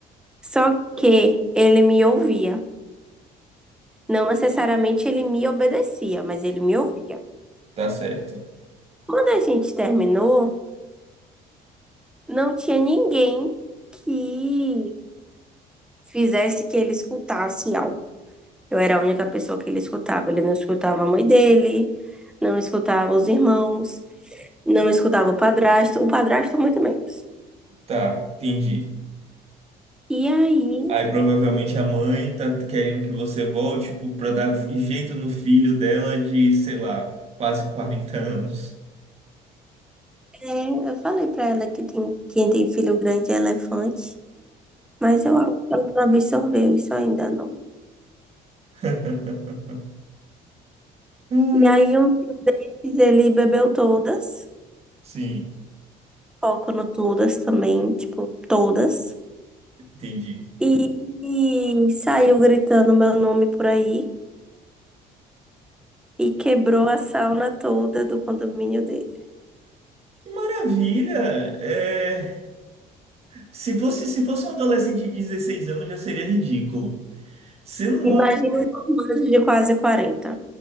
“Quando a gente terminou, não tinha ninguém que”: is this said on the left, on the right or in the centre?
Centre